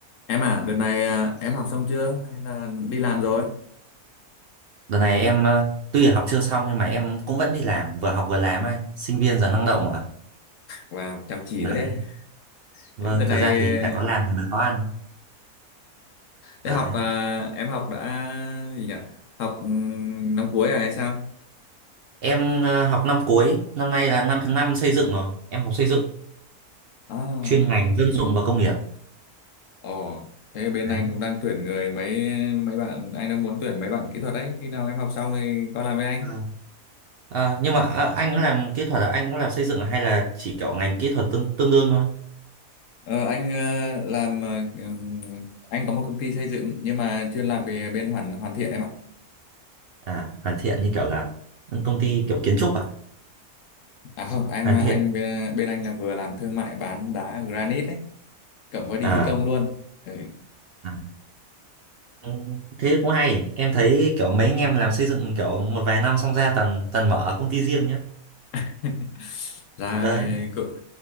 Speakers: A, on the left; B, on the right.
A: Em à, đợt này à, em học xong chưa hay là đi làm rồi?
B: Đợt này em ờ, tuy là học chưa xong nhưng mà em cũng vẫn đi làm, vừa học vừa làm anh, sinh viên giờ năng động mà.
A: Wow, chăm chỉ
B: Đấy.
A: thế.
B: Vâng,
A: Đợt
B: thật
A: này
B: ra thì phải có làm thì mới có ăn.
A: đại
B: Đấy.
A: học à, em học đã gì nhỉ? Học ừm, năm cuối à hay sao?
B: Em ờ, học năm cuối, năm nay là năm thứ năm xây dựng rồi. Em học xây dựng,
A: À,
B: chuyên ngành dân dụng và công nghiệp.
A: ồ, thế bên
B: Đấy.
A: anh cũng đang tuyển người mấy mấy bạn, anh đang muốn tuyển mấy bạn kỹ thuật đấy. Khi nào em học xong thì qua làm với anh.
B: Vâng. Ờ, nhưng mà ờ, anh cũng làm kỹ thuật là anh cũng làm xây dựng à? hay là chỉ kiểu ngành kỹ thuật tương tương đương thôi?
A: Ờ, anh ờ, làm ờ, ừm, anh có một công ty xây dựng nhưng mà chuyên làm về bên hoàn hoàn thiện em ạ.
B: À, hoàn thiện như kiểu là công ty kiểu kiến trúc à?
A: À không, em
B: Hoàn
A: anh
B: thiện.
A: bên, bên anh là vừa làm thương mại bán đá granite ấy. cộng với đi
B: À,
A: thi công luôn ừ.
B: à. Ừ, thế cũng hay em thấy kiểu mấy anh em làm xây dựng kiểu một vài năm xong ra toàn toàn mở công ty riêng nhá
A: <laughs> ra
B: đấy
A: cũng